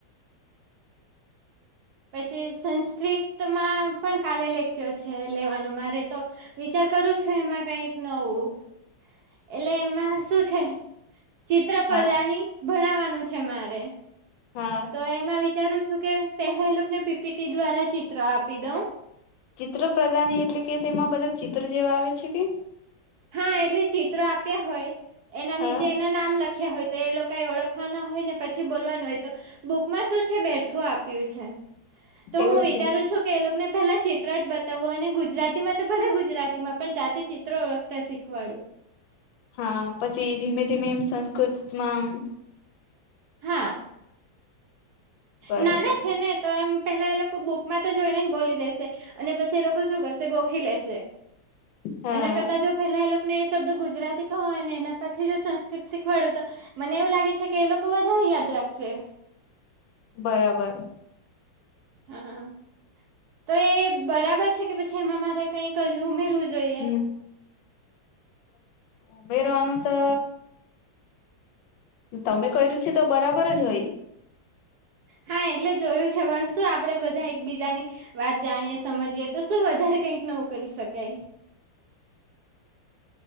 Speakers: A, on the right (about 70°); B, on the left (about 75°).
A: પછી સંસ્કૃતમાં પણ કાલે લેક્ચર છે લેવાનું મારે તો. વિચાર કરું છે એમાં કઈક નવું. એટલે એમાં શું છે ચિત્ર પ્રદાની.
B: હા
A: ભણાવવાનું છે મારે
B: હા
A: તો એમાં વિચારું છું કે પહેલા એલોક ને પીપીટી દ્વારા ચિત્ર આપી દઉ.
B: ચિત્ર પ્રદાની એટલે કે તેમાં બધા ચિત્ર જેવા આવે છે કે.
A: હા એટલે ચિત્રો આપ્યા હોય. એના નીચે
B: હા
A: એના નામ લખ્યા હોય તો એ લોકો એ ઓળખવાના હોય ને પછી બોલવાનું હોય તો બુકમાં શું છે બેઠું આપ્યું છે. તો
B: એવું
A: હું વિચારું
B: છે
A: છું કે એ લોકોને પેલા ચિત્ર જ બતાવું અને ગુજરાતીમાં તો ભલે ગુજરાતીમાં પણ જાતે ચિત્રો ઓળખતા શીખવાડું.
B: હા પછી ધીમે ધીમે એમ સંસ્કૃતમાં.
A: હા.
B: બરાબર
A: નાના છે ને. તો એમ પેલા એ લોકો બુકમાં તો જોઈને જ બોલી દેશે અને પછી એ લોકો શું કરશે ગોખી લેશે.
B: હા
A: એના કરતા જો પેલા એ લોકો ને એ શબ્દ ગુજરાતી કહોય અને એના પછી જો સંસ્કૃત શીખવાડું તો મને એવું લાગે છે કે એ લોકો બધા યાદ રાખશે.
B: બરાબર.
A: હા હા. તો એ બરાબર છે કે પછી એમાં મારે કઈક હજુ ઉમેરવું જોઈએ.
B: હમ ઉમેરવાનું તો તમે કર્યું છે તો બરાબર જ હોય.
A: હા એટલે જોયું છે પણ શું આપડે બધા એક બીજાની વાત જાણીએ સમજીએ તો શું વધારે કઈક નું કરી શકાય.